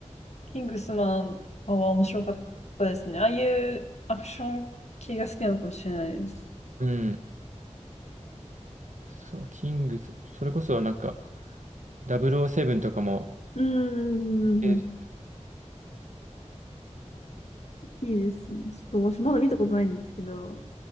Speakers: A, on the left (about 65°); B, on the right (about 85°).
A: キングスマンは面白かったですね。ああいうアクション系が好きなのかもしれないです。
B: うん。そう、キングス。それこそなんか、007とかも、
A: うんうん、
B: え
A: いいですね。ちょっと私まだ見たことないんですけど、